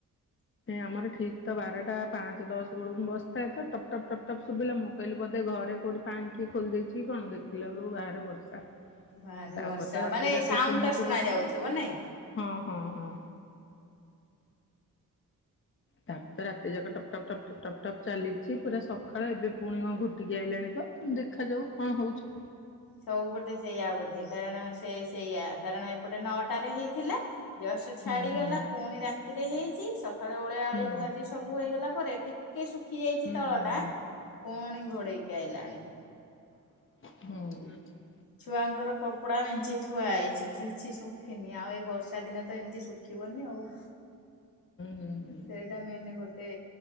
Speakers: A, on the left (about 35°); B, on the left (about 85°).
A: ଆମର ଠିକ ତ ବାରଟା ପାଞ୍ଚେ ଦଶ ବେଳକୁ ବସିଥାଏ ତ ଟପ୍ ଟପ ଟପ୍ ଟପ ଶୁଭିଲା ମୁଁ କହିଲି ବୋଧେ ଘରେ କୋଉଠି ପାଣି କିଏ ଖୋଲିଦେଇଛି କଣ ଦେଖିଲା ବେଳକୁ ବାହାରେ ବର୍ଷା।
B: ଭାରି
A: ତାପରେ
B: ବର୍ଷା
A: ତ ରାତି
B: ମାନେ
A: ଯାକ
B: ସାଉଣ୍ଡ
A: ଶୁଣୁଛି
B: ଟା ଶୁଣା
A: ବର୍ଷା
B: ଯାଉଥିବ ନାଇଁ।
A: ହଁ ହଁ ହଁ। ତାକୁ ତ ରାତି ଯାକ ଟପ୍ ଟପ୍ ଟପ୍ ଟପ୍ ଟପ୍ ଟପ୍ ଚାଲିଛି ପୁରା ସଖାଳ ଏବେ ପୁଣି କଣ ଘୋଟିକି ଆଇଲାଣି ତ ଦେଖାଯାଉ କଣ ହଉଛି?
B: ସବୁପଟେ ସେଇଆବୋଧେ କାରଣ ସେ ସେଇୟା କାରଣ ଏପଟେ ନଅଟା ରେ ହେଇଥିଲା। ଜଷ୍ଟ ଛାଡିଗଲା
A: ହୁଁ ହୁଁ
B: ପୁଣି ରାତିରେ ହେଇଛି ସକ୍ ଳେ ଓଳିଆ ଓଳି
A: ହୁଁ
B: ଧୁଆଧୁଇ ସବୁ ହେଇଗଲା ପରେ ଟିକେ ଶୁଖି ଯାଇଛି
A: ହୁଁ
B: ତଳ
A: ହୁଁ
B: ଟା ପୁଣି ଘୋଡେଇକି ଆଇଲାଣି।
A: ହୁଁ।
B: ଛୁଆଙ୍କର କପଡା ମେଞ୍ଚେ ଥୁଆ ହେଇଛି। କିଛି ଶୁଖିନି ଆଉ ଏଇ ବର୍ଷା ଦିନ ତ ଏମିତି ଶୁଖିବନି ଆଉ।
A: ହୁଁ ହୁଁ
B: ସେଇଟା ମେନ ଗୋଟେ